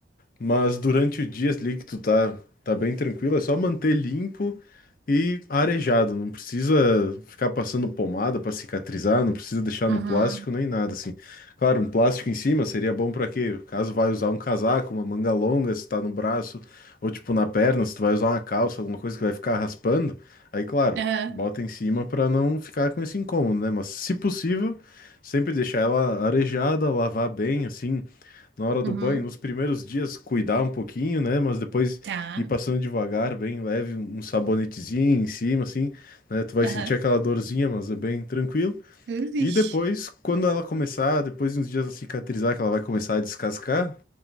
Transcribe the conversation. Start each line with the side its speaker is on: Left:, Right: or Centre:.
Left: Mas durante o dia ali que tu tá, tá bem tranquilo, é só manter limpo e arejado. Não precisa ficar passando pomada para cicatrizar, não precisa deixar
Right: uhum,
Left: no plástico nem nada assim. Claro, um plástico em cima seria bom para quê? Caso vai usar um casaco, uma manga longa, se tá no braço, ou tipo na perna, se tu vai usar uma calça, alguma coisa que vai ficar raspando, aí claro,
Right: aham,
Left: bota em cima para não ficar com esse incômodo, né? Mas se possível, sempre deixar ela arejada, lavar bem assim na hora do
Right: uhum,
Left: banho, nos primeiros dias cuidar um pouquinho, né? Mas depois
Right: tá,
Left: ir passando devagar, bem leve, um sabonetezinho em cima, assim, né? Tu vai
Right: aham,
Left: sentir aquela dorzinha, mas é bem tranquilo.
Right: Ixi.
Left: E depois, quando ela começar, depois de uns dias a cicatrizar, que ela vai começar a descascar,